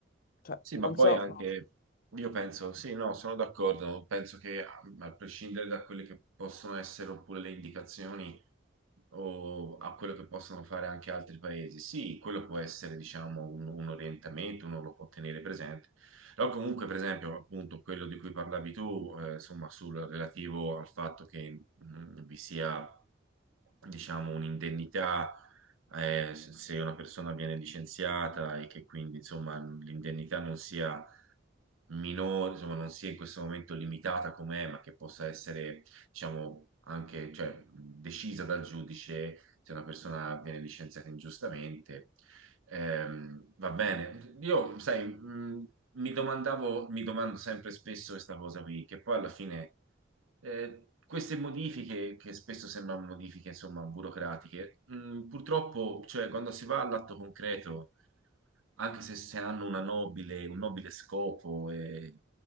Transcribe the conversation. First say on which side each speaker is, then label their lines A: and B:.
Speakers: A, on the left; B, on the right.
A: Cioè,
B: Sì,
A: non
B: ma poi
A: so,
B: anche io penso, sì, no, sono d'accordo, penso che a, a prescindere da quelle che possono essere oppure le indicazioni o a quello che possono fare anche altri paesi, sì, quello può essere, diciamo, un, un orientamento, uno lo può tenere presente, però comunque, per esempio, appunto, quello di cui parlavi tu, eh, insomma, sul relativo al fatto che mh, vi sia, diciamo, un'indennità eh, se se una persona viene licenziata e che quindi insomma l'indennità non sia minore, insomma non sia in questo momento limitata com'è, ma che possa essere diciamo anche cioè, decisa dal giudice se una persona viene licenziata ingiustamente. Ehm, va bene, io sai, mh, mi domandavo, mi domando sempre spesso questa cosa qui, che poi alla fine eh, queste modifiche, che spesso sembrano modifiche, insomma, burocratiche, mh, purtroppo, cioè, quando si va all'atto concreto, anche se, se hanno una nobile, un nobile scopo, eh,